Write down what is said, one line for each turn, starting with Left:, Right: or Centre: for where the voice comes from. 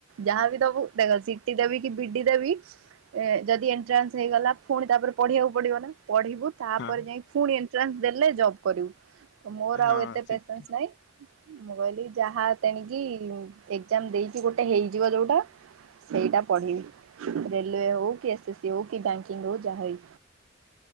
Right: ଯାହାବି ଦବୁ ଦେଖ ସିଟି ଦେବି କି ବିଡି ଦେବି ଏ ଯଦି ଏଣ୍ଟ୍ରାନ୍ସ ହେଇଗଲା। ପୁଣି ତାପରେ ପଢ଼ିବାକୁ ପଡ଼ିବ ନା ପଢ଼ିବୁ। ତାପରେ
Left: ହଁ
Right: ଯାଇ ଫୁଣି ଏଣ୍ଟ୍ରାନ୍ସ ଦେଲେ ଜବ୍ କରିବୁ। ମୋର
Left: ହଁ
Right: ଆଉ ଏତେ
Left: ସିଟି
Right: ପେସେନ୍ସ ନାଇଁ। ମୁଁ କହିଲି ଯାହା <unintelligible> ଏଗଜାମ ଦେଇଛିି ଗୋଟେ ହେଇଯିବ ଯୋଉଟା। ସେଇଟା ପଢିବି ରେଲୱେ ହଉ କି ଏସ୍ ଏସ୍ ସି ହଉ କି ବ୍ୟାଙ୍କିଙ୍ଗ ହଉ ଯାହା ବି